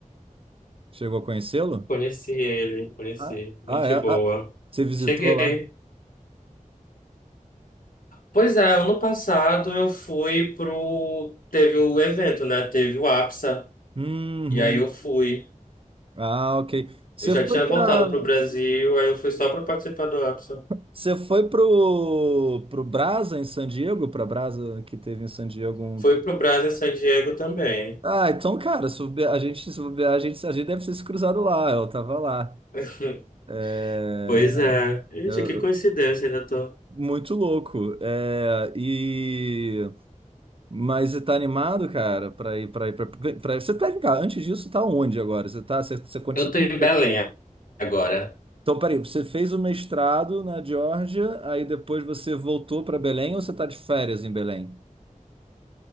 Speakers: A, on the right; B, on the left.
A: Chegou a conhecê-lo?
B: Conheci ele, conheci.
A: Ah,
B: Gente
A: ah, é.
B: boa.
A: Ah, você visitou
B: Cheguei.
A: lá?
B: Pois é, ano passado eu fui pro. Teve o evento, né? Teve o APSA.
A: Uhum.
B: E aí eu fui.
A: Ah, ok. Você
B: Eu já
A: foi
B: tinha
A: para
B: voltado pro Brasil, aí eu fui só pra participar do APSA.
A: você foi pro pro Brasa em San Diego, para Brasa que teve em San Diego um
B: Fui pro Brasil em San Diego também.
A: Ah, então, cara, se bobear, a gente, se bobear, a gente, a gente deve ter se cruzado lá, eu tava lá.
B: <laughs>
A: É,
B: Pois é. Gente,
A: eu-
B: que coincidência, ainda tô.
A: muito louco. É, e, mas você tá animado, cara, pra ir, pra ir, pra, pra- Você tá, cara, antes disso, tá onde agora? Você tá, você, você continua...
B: Eu tô em Belém agora?
A: Então, peraí, você fez o mestrado na Geórgia, aí depois você voltou pra Belém ou você tá de férias em Belém?